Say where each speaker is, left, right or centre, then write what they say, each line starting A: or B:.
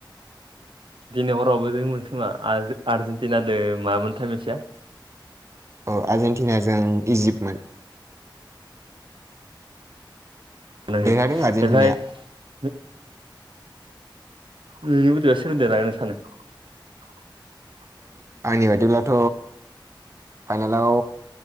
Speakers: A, on the right; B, on the right.
A: दिनै हरावबो दंमोन खोमा आर्ज-आर्जेन्टिनाजों मामोनथाइ मोनसेया?
B: औ आर्जेेनटिनाजों इजिप्तटमोन।
A: लोगो
B: देरहादों
A: ओमहफ्राय
B: आर्जेेनटिनाया
A: ओ नोंनि बादिबा सोरोदेरहागोन सानो - <inaudible>
B: आंनि बाददिब्लाथ' फाइनालाव